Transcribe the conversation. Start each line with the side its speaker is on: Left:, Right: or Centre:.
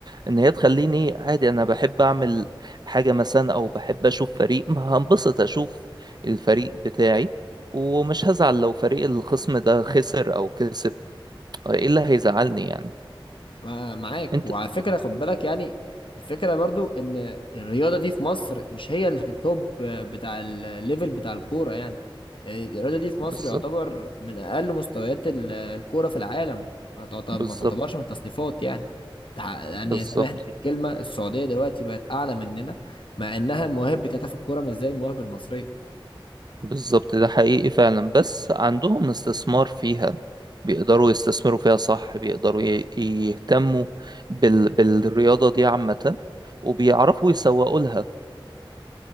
Right: ان هي تخليني عادي انا بحب اعمل حاجة مثلا او بحب اشوف فريق ما هنبسط اشوف الفريق بتاعي ومش هزعل لو فريق الخصم ده خسر او كسب ايه اللي هيزعلني يعني
Left: مع- معاك
Right: انت
Left: وعلى فكرة خد بالك يعني الفكرة برضو ان الرياضة دي في مصر مش هي التوب بتاع الليفل بتاع الكورة يعني يعني الرياضة دي في مصر
Right: بالظبط
Left: يعتبر من اقل مستويات ال- الكورة في العالم ما تعت- ما
Right: بالظبط
Left: تعتبرش من التصنيفات يعني ده- يعني
Right: بالظبط
Left: سامحني في الكلمة السعودية دلوقتي بقت اعلى مننا مع انها المواهب بتاعتها في الكورة مش زي المواهب المصرية
Right: بالظبط ده حقيقي فعلا بس عندهم استثمار فيها بيقدروا يستثمروا فيها صح بيقدروا ي- يهتموا بال... بالرياضة دي عامة وبيعرفوا يسوقوا لها